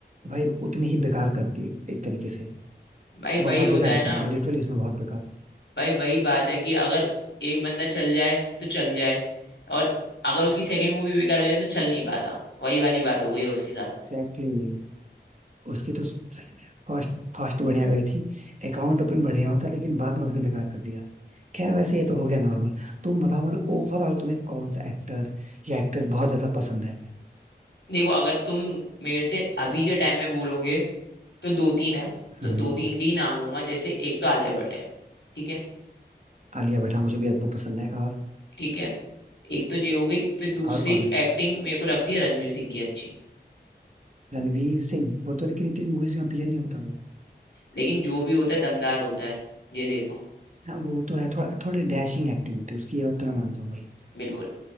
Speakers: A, on the right; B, on the left.
A: भाई उतनी ही बेकार कर दी एक एक तरीके से
B: भाई
A: बहुत
B: वही होता
A: बेकार
B: है
A: एक्टिंग
B: ना
A: किया लिटरली इसमें बहुत बेकार
B: भाई वही बात है कि अगर एक बंदा चल जाए तो चल जाए और अगर उसकी सेकंड मूवी बेकार हो जाए तो चल नहीं पाता वही वाली बात हो गई है उसके साथ
A: एग्जैक्टली उसकी तो फर्स्ट फर्स्ट बढ़िया गई थी अकाउंट ओपन बढ़िया होता लेकिन बाद में उसने बेकार कर दिया खैर वैसे ये तो हो गया नॉर्मल तुम बताओ मतलब ओवरऑल तुम्हें कौन सा एक्टर या एक्ट्रेस बहुत ज्यादा पसंद है
B: देखो अगर तुम मेरे से अभी के टाइम में बोलोगे तो दो तीन है तो
A: हम्म
B: दो तीन के ही नाम लूंगा जैसे एक तो आलिया भट्ट है ठीक है
A: आलिया भट्ट हाँ, मुझे भी वो पसंद है और
B: ठीक है एक तो ये हो गई फिर दूसरी
A: और कौन है
B: एक्टिंग मेरे को लगती है रणवीर सिंह की अच्छी
A: रणवीर सिंह वो तो लेकिन इतनी मूवीज में अपीयर नहीं होता वो
B: लेकिन जो भी होता है दमदार होता है ये देखो
A: हाँ वो तो है थोड़ा थोड़ी डैशिंग एक्टिंग होती है उसकी ये बात तो मैं मानता हूँ भाई
B: बिल्कुल